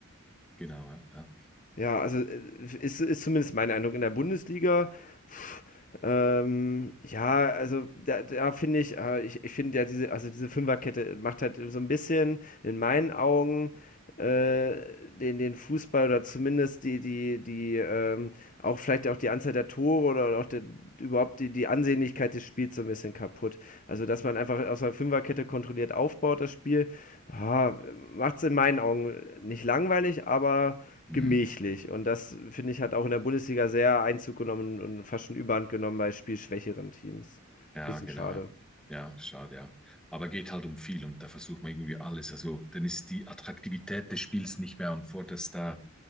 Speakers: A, in the centre; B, on the left (about 35°).
A: genau. Ja, ja.
B: Ja, also äh, ist, ist zumindest mein Eindruck in der Bundesliga. pff, Ähm, ja, also da, da finde ich, äh, ich, ich finde ja diese, also diese Fünferkette macht halt so ein bisschen in meinen Augen äh, den, den Fußball oder zumindest die, die, die, ähm, auch vielleicht auch die Anzahl der Tore oder auch der, überhaupt die, die Ansehnlichkeit des Spiels so ein bisschen kaputt. Also, dass man einfach aus einer Fünferkette kontrolliert aufbaut, das Spiel, ah, macht es in meinen Augen nicht langweilig, aber
A: Hm,
B: gemächlich. Und das, finde ich, hat auch in der Bundesliga sehr Einzug genommen und fast schon Überhand genommen bei spielschwächeren Teams.
A: ja
B: Bisschen
A: genau.
B: schade.
A: Ja. ja, schade, ja. Aber geht halt um viel und da versucht man irgendwie alles. Also dann ist die Attraktivität des Spiels nicht mehr an vorderster,